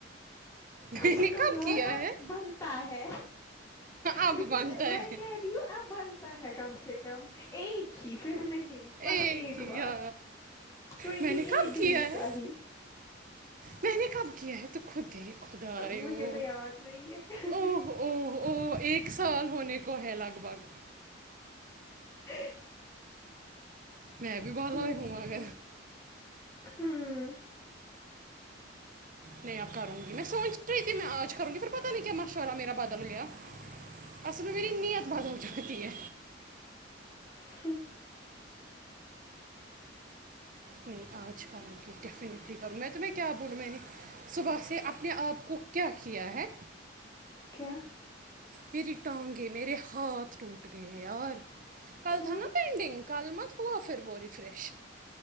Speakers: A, on the left; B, on the right.
A: کم
B: میں
A: سے
B: نے
A: کم
B: کب
A: یار
B: کیا
A: اب
B: ہے
A: بنتا ہے
B: اب
A: میں
B: بنتا ہے
A: کہہ رہی ہوں اب بنتا ہے کم سے کم ایک ہی پھر نہیں بس
B: اے
A: ایک
B: کیا
A: بار ٹینٹی
B: میں نے
A: ایٹ
B: کب
A: ڈیز
B: کیا ہے
A: کا ہی ج
B: میں نے کب کیا ہے تو خودی خداو
A: مجھے تو یاد نہیں ہے
B: او ہو او ہو ا ایک ایک سال ہونے کو ہے لگ بھگ
A: <inaudible>
B: میں بھی بالو
A: وہی
B: ہووا
A: تو
B: گ
A: ہوں
B: نہیں اب کروں گی میں سوچ رہی تھی میں آج کروں گی پ پتا نہیں کیا مشورہ میرا بدل گیا اصل میں میری ات بدل جگتی ہے
A: <inaudible>
B: نہیں آج کروں گی ڈیفینٹلی کروں میں تمہ کیا بولوں میں نے صبح سے اپنے آپ کو کیا کیا ہے
A: کیا
B: میری ٹانگے میر ہاتھ ٹوٹ گئے یار کل
A: کیوں
B: تھا نا پینٹنگ کال مت ہوا پھر وہ ریفریش